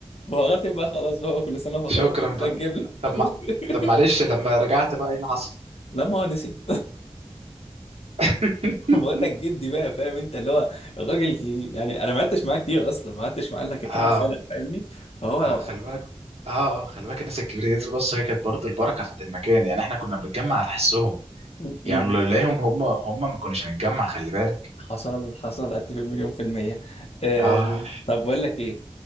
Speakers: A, on the left (about 70°); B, on the right (about 70°).
A: بهارات يبقى خلاص بقى هو كل سنه وهو
B: شكرا
A: طيب بتبقى
B: بقى
A: تجيب لي
B: طب ما
A: <laughs>
B: طب معلش لما رجعت بقى ايه اللي حصل
A: لا ما هو نسي
B: <laughs>
A: <laughs> بقول لك جدي بقى فاهم انت اللي هو الراجل يعني انا ما قعدتش معاه كتير اصلا ما قعدتش معاه الا كام
B: اه
A: سنه فاهمني فهو
B: آه، خلي بالك اه اه خلي بالك الناس الكبيره دي بص هي كانت برضه البركه بتاعت المكان يعني احنا كنا بنتجمع على حسهم
A: م- م-
B: يعني لو نلاقيهم هم هم ما كناش هنتجمع خلي بالك
A: حصل حصل اتفق مليون في المية أه
B: اه
A: طب بقول لك ايه